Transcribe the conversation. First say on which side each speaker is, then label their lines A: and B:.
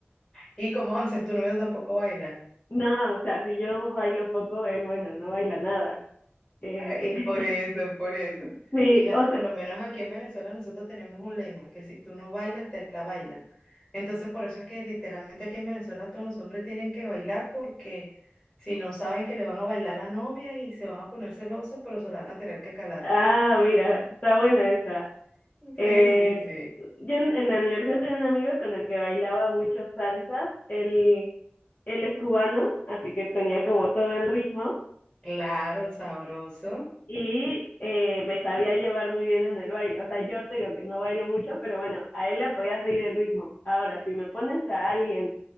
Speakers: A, on the left; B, on the left.
A: ¿Y cómo haces? ¿Tu novio tampoco baila?
B: No, o sea, si yo bailo poco, él, bueno, no baila nada. Eh,
A: Es por eso, por eso.
B: <laughs> sí,
A: Fíjate,
B: o
A: por
B: sea,
A: lo menos aquí en Venezuela nosotros tenemos un lema, que si tú no bailas, te la bailan. Entonces, por eso es que literalmente aquí en Venezuela todos los hombres tienen que bailar porque si no saben que le van a bailar a la novia y se van a poner celosos, pero se la van a tener que calar.
B: ah, mira, está buena esa. Eh,
A: Sí, sí, sí.
B: yo en, en la universidad tenía un amigo con el que bailaba mucho salsa. Él, él es cubano, así que tenía como todo el ritmo.
A: Claro, sabroso.
B: y eh, me sabía llevar muy bien en el baile. O sea, yo te digo que no bailo mucho, pero bueno, a él le podía seguir el ritmo. Ahora, si me pones a alguien